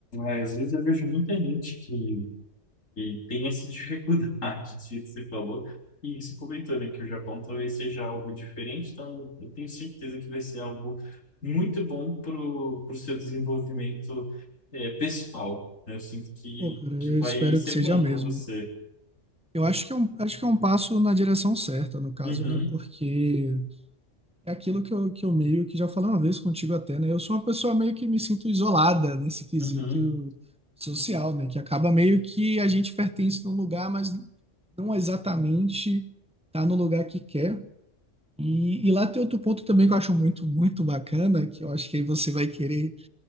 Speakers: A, on the left; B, in the centre.
A: é, às vezes eu vejo muita gente que e tem essa dificuldade <laughs> do jeito que você falou. E você comentou, né, que o Japão talvez seja algo diferente, então eu tenho certeza que vai ser algo muito bom para o seu desenvolvimento é, pessoal. né? Eu sinto que,
B: Pô, cara, eu
A: que vai
B: espero
A: ser
B: que seja
A: bom
B: mesmo.
A: para você.
B: Eu acho que é um, acho que é um passo na direção certa, no caso,
A: Uhum,
B: né? Porque É aquilo que eu, que eu meio que já falei uma vez contigo até, né? Eu sou uma pessoa meio que me sinto isolada nesse quesito
A: uhum.
B: social, né? Que acaba meio que a gente pertence num lugar, mas não exatamente tá no lugar que quer. E, e lá tem outro ponto também que eu acho muito, muito bacana, que eu acho que aí você vai querer